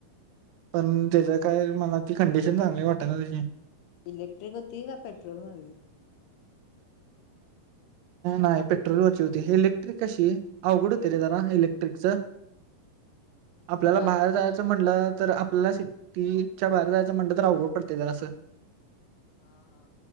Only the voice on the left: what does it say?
इलेक्ट्रिक होती का पेट्रोल मध्ये होती?
काय
हा हा